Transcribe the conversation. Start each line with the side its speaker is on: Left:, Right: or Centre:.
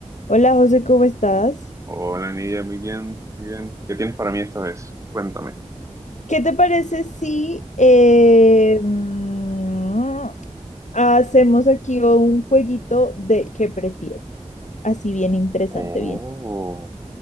Left: Hola José, ¿cómo estás?
Right: Hola, Nidia, muy bien, muy bien. ¿Qué tienes para mí esta vez? Cuéntame.
Left: ¿Qué te parece si eh, mm, hacemos aquí un jueguito de qué prefieres? Así bien interesante,
Right: Oh,
Left: bien.